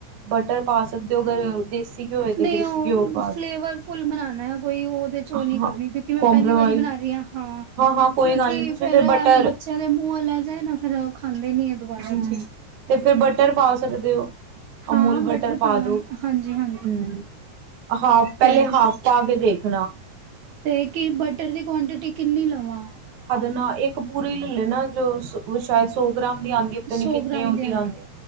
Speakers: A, on the right; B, on the right.
A: ਬਟਰ ਪਾ ਸਕਦੇ ਹੋ ਅਗਰ ਦੇਸੀ ਘਿਓ ਏ ਤੇ
B: ਨਹੀਂ
A: ਦੇਸੀ
B: ਉਹ
A: ਘਿਓ ਪਾ
B: ਫਲੇਵਰ ਫੁਲ ਬਣਾਣਾ ਹੈ ਕੋਈ ਉਹਦੇ ਚ ਉਹ ਨੀ
A: ਹਾਂ
B: ਕਰਨੀ ਕਿਉਂਕਿ ਮੈਂ
A: ਕੰਪ੍ਰੋਮਾਈਜ਼
B: ਪਹਿਲੀ ਵਾਰੀ ਬਣਾ ਰਹੀ ਹਾਂ ਹਾਂ
A: ਹਾਂ ਕੋਈ
B: ਕਿਉਂਕਿ
A: ਗੱਲ ਨਹੀਂ ਤੁਸੀਂ
B: ਫੇਰ
A: ਫਿਰ
B: ਐਵੇਂ
A: ਬਟਰ
B: ਬੱਚਿਆਂ ਦੇ ਮੂੰਹ ਲੇ ਜਿਹੇ ਨਾ ਫੇਰ ਖਾਂਦੇ ਨੀ ਆ ਦੁਬਾਰਾ
A: ਹੂੰ
B: ਚ ਹੀ
A: ਤੇ ਫਿਰ ਬਟਰ ਪਾ ਸਕਦੇ ਹੋ। ਅਮੂਲ
B: ਹਾਂ
A: ਬਟਰ ਪਾ
B: ਲਾਂਗੇ
A: ਦੋ
B: ਹਾਂਜੀ ਹਾਂਜੀ
A: ਹੂੰ ਹਾਫ ਪਹਿਲੇ
B: ਤੇ
A: ਹਾਫ ਪਾ ਕੇ ਦੇਖਣਾ।
B: ਤੇ ਕੀ ਬਟਰ ਦੀ ਕੁਆਂਟਿਟੀ ਕਿੰਨੀ ਲਵਾਂ?
A: ਨਾ ਇੱਕ ਪੂਰੀ ਲ਼ੇ ਲੇਣਾ ਜੋ ਉਹ ਸ਼ਾਇਦ ਸੌ ਗ੍ਰਾਮ ਨੀ ਆਂਦੀ ਪਤਾ ਨੀ
B: ਸੌ
A: ਨੇ
B: ਗ੍ਰਾਮ
A: ਉਹਦੀ
B: ਦੀ
A: ਆਂਦੀ